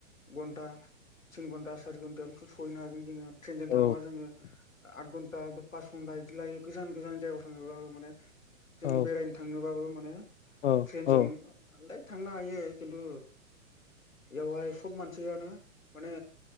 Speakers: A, on the left (about 90°); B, on the left (about 60°).
A: घन्टा तिन घन्टा सारि घन्टायावनोथ' सहैनो हागोन जोङो ट्रेनजों
B: औ
A: थाङोबा जोङो आद घन टा पास घन्टा इदि लायो। गोजान गोजान जायगायाव थांनो बाबो माने जों
B: औ
A: बेरायनो थांनोबाबो
B: औ
A: थ्रेनजोंलाय
B: औ
A: थांनो हायो किन्तु बेवहाय सब मानसियानो माने